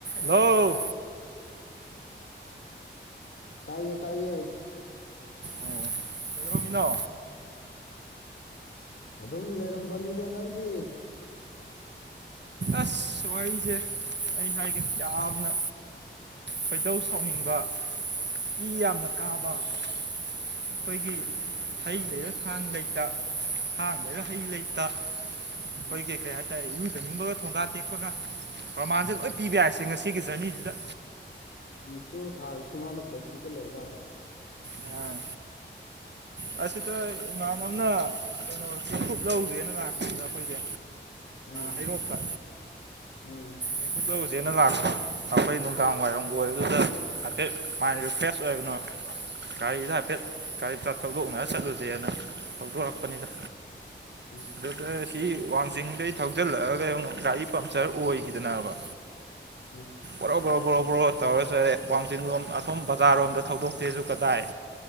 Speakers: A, on the right (about 60°); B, on the left (about 75°).
A: ꯍꯧ
B: ꯇꯥꯏꯌꯦ ꯇꯏꯌꯦ
A: ꯑꯣ ꯀ ꯔꯣꯃꯤꯅꯣ
B: ꯑꯗꯨꯝ ꯂꯩꯔꯝꯕꯅꯤꯗ ꯅꯪꯗꯤ
A: ꯑꯁ ꯋꯥꯔꯤꯁꯦ ꯑꯩ ꯍꯥꯏꯒꯦ ꯌꯥꯝꯅ ꯈꯣꯏꯗꯧ ꯁꯥꯎꯅꯤꯡꯕ ꯏ ꯌꯥꯝꯅ ꯀꯥꯕ ꯑꯩꯈꯣꯏꯒꯤ ꯍꯩ ꯂꯩꯔ ꯈꯥꯡ ꯂꯩꯇ ꯍꯥꯟꯅꯒ ꯍꯩ ꯂꯩꯇ ꯑꯩꯈꯣꯏꯒꯤ
B: ꯎꯝ
A: ꯀꯩ ꯍꯥꯏꯇꯥꯔꯦ ꯂꯩꯅꯤꯡꯕꯒ ꯊꯣꯡꯒꯥ ꯇꯦꯛꯄꯒ ꯄ꯭ꯔꯃꯥꯟꯁꯦ ꯂꯣꯏ ꯄꯤꯕ ꯍꯥꯏꯏꯁꯦ ꯉꯁꯤꯒꯤ ꯖꯔꯅꯤꯁꯤꯗ
B: ꯅꯨꯃꯤꯠꯁꯨꯨ ꯊꯥꯗ ꯁꯨꯃꯥꯡꯗ ꯄꯨꯂꯞ ꯊꯣꯛꯆꯜꯂꯛꯏꯗꯕ
A: ꯑꯥ, ꯑꯁꯤꯗ ꯏꯃꯥꯥꯟ ꯑꯃꯅ ꯀꯩꯅꯣꯁꯤ ꯈꯨꯨꯞ ꯂꯧꯗ꯭ꯔꯦꯅ ꯂꯥꯛꯄꯗ ꯑꯩꯈꯣꯏꯁꯦ
B: ꯎꯝ
A: ꯍꯩꯔꯣꯛꯇ
B: ꯎꯝ
A: ꯍꯩꯀꯣꯛꯇ ꯎꯁꯦꯅ ꯂꯥꯛꯄꯦ ꯑꯩꯈꯣꯏ ꯋꯥꯏꯔꯝꯕꯨ ꯑꯣꯏꯕꯗꯨꯗ ꯍꯥꯏꯐꯠ ꯃꯥꯏꯟ ꯔꯤꯐ꯭ꯔꯦꯁ ꯑꯣꯏꯕꯅꯣ ꯀꯔꯤꯗ ꯍꯥꯏꯦꯠ ꯀ ꯆ ꯊꯧꯗꯣꯛꯅ ꯆꯠꯂꯨꯁꯦꯅ ꯊꯧꯗꯣꯔꯛꯄꯅꯤꯅ
B: ꯎꯝ
A: ꯑꯗꯨꯗ ꯁꯤ ꯋꯥꯡꯖꯤꯡꯗꯩ ꯊꯧꯖꯤꯜꯂꯛꯑꯒ ꯑꯃꯨꯛ ꯒꯥꯔꯤ ꯄꯝꯆꯔ ꯑꯣꯏꯈꯤꯗꯅꯕ
B: ꯎꯝ
A: ꯣꯣ ꯕ꯭ꯔꯣ ꯇꯧꯔꯁꯨ ꯑꯩ ꯋꯥꯡꯖꯤꯡ ꯂꯣꯝ ꯑꯁꯣꯝ ꯕꯖꯥꯔꯣꯝꯗ ꯊꯧꯗꯣꯛꯇꯦꯁꯨ ꯀꯗꯥꯏ